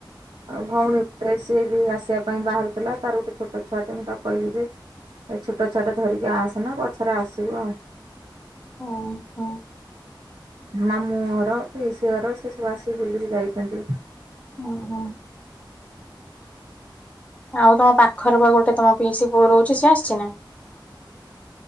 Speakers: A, on the right; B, on the left.
A: ଆଉ ଭଉଣୀ ଏ ସିଏ ବି ଆସିବା ପାଇଁ ବାହାରୁଥିଲା। ତାର ଗୋଟେ ଛୋଟ ଛୁଆଟି ମୁଁ ତାକୁ କହିଲି ଯେ ଏ ଛୋଟ ଛୋଟ ଧରିକି ଆସନା <unintelligible> ପଛରେ ଆସିବୁ ଆଉ।
B: ଓଁ ହ <unintelligible>
A: ମାାମୁଁ ଘର କି ସିଏ ଘର ସେ ସବୁ ଆସିକି ବୁଲିକି ଯାଇଛନ୍ତି।
B: ଓ ହୋ। ଆଉ ତମ ପାଖରେ ବା ଗୋଟେ ତମ ପିଇସି ପୁଅ ରହୁଛି। ସିଏ ଆସିଛି ନା?